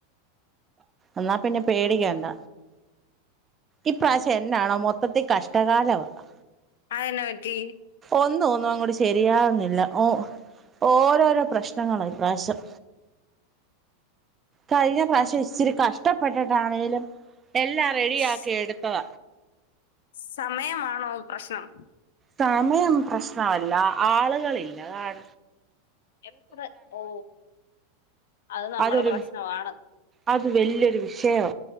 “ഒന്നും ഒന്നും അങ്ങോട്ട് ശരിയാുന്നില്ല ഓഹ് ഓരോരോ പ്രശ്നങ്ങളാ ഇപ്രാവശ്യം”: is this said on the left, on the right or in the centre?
Right